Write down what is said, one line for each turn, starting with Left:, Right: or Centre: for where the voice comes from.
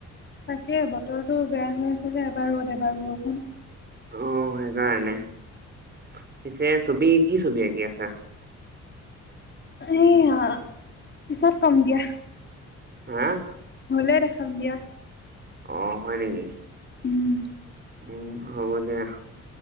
Left: তাকে বতৰটো বেয়া হৈ আছে যে, এবাৰ ৰ'দ, এবাৰ বৰষুণ।
Right: অ, সেইকাৰণে, পিছে ছবি, কি ছবি আঁকি আছা?
Left: এই আ পিছত কম দিয়া।
Right: <unintelligible>
Left: হ'লে দেখাম দিয়া।
Right: অ, হয় নেকি?
Left: উম
Right: উম হ'ব দিয়া।